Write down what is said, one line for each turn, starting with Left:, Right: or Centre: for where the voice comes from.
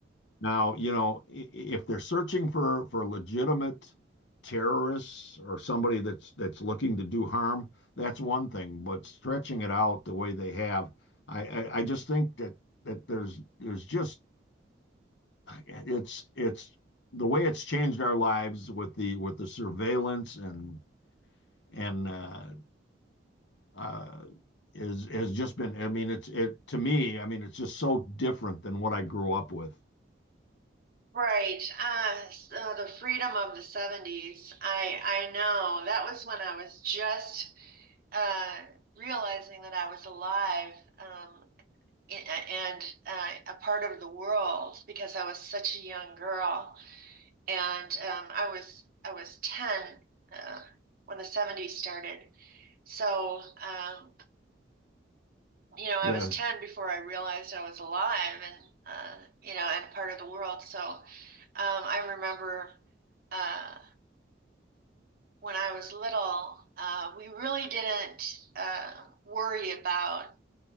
Left: now, you know, i- if they're searching for for legitimate terrorists or somebody that's that's looking to do harm, that's one thing. But stretching it out the way they have, I I, I just think that that there's there's just it's it's the way it's changed our lives with the with the surveillance and and uh, uh, is has just been. I mean, it's it to me. I mean, it's just so different than what I grew up with.
Right: Right. Uh, so the freedom of the 70s. I I know that was when I was just uh, realizing that I was alive. Um, and uh, a part of the world because I was such a young girl, and um, I was I was 10 uh, when the 70s started. So, um, you know, I
Left: Yes.
Right: was 10 before I realized I was alive and uh, you know, and part of the world. So, um, I remember uh, when I was little, uh, we really didn't uh, worry about